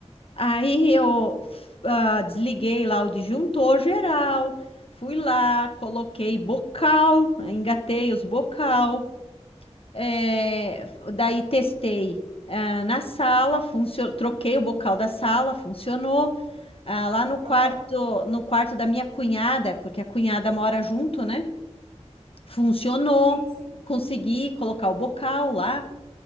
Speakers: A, on the left; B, on the right.
A: Aí eu ah, desliguei lá o disjuntor geral, fui lá, coloquei bocal, engatei os bocal, eh, daí testei ah, na sala, funcio- troquei o bocal da sala, funcionou. Ah, lá no quarto,
B: Aham.
A: no quarto da minha cunhada, porque a cunhada mora junto, né? Funcionou,
B: Sim, sim.
A: consegui colocar o bocal lá.